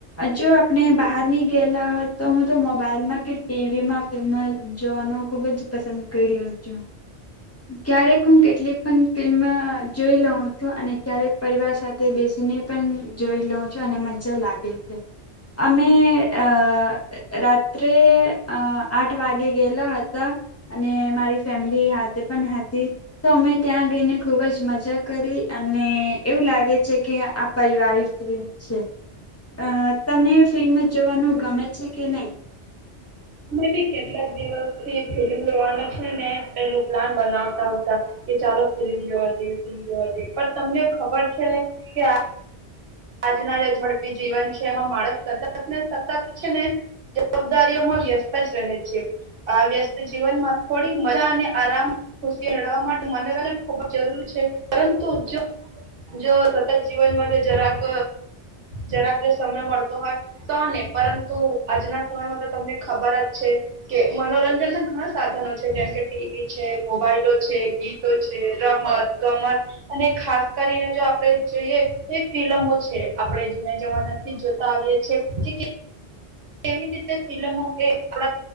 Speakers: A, on the left; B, on the right.
A: જો આપણે બહારની ગયેલા હોત તો હું તો મોબાઈલમાં કે ટીવીમાં ફિલ્મ જોવાનું ખૂબ જ પસંદ કર્યો છું ક્યારેક હું કેટલીક પણ ફિલ્મ જોઈ લઉં છું અને ક્યારેક પરિવાર સાથે બેસીને પણ જોઈ લઉં છું અને મજા લાગે છે અમે અ રાત્રે આ આઠ વાગે ગયેલા હતા અને મારી ફેમિલી હાથે પણ હતી તો અમે ત્યાં ગઈને ખૂબ જ મજા કરી અને એવું લાગે છે કે આ પરિવારિક ફિલ્મ છે અ તમને ફિલ્મ જ જોવાનું ગમે છે કે નહીં?
B: અમે બી કેટલાક દિવસ થી ફિલ્મ જોવાનો છે ને પેલું પ્લાન બનાવતા હુતા કે ચાલો ફિલ્મ જોવા જઈએ એ ફિલ્મ જોવા જઈએ પણ તમને ખબર છે ને કે આ આજના જે ઝડપી જીવન છે એમાં માણસ સતત ને સતત છે ને જવાબદારીઓમાં વ્યસ્ત જ રહે છે આ વ્યસ્ત જીવનમાં થોડી મજા અને આરામ ખુશી મેળવવા માટે મનોરંજન ખૂબ જ જરૂરી છે પરંતુ જો જો સતત જીવનમાં જો જરા જરાક જરાકને સમય મળતો હોય તોને પરંતુ આજના સમયમાં તો તમને ખબર જ છે કે મનોરંજન ના ઘણા સાધનો છે જેમ કે ટીવી છે મોબાઈલો છે ગીતો છે રમત ગમત અને ખાસ કરીને જો આપણે જોઈએ ફિલ્લમ છે આપડણે જુના જમાના થી જ જોતા આવીએ છીએ કે કેવી રીતે ફિલમો કે આપ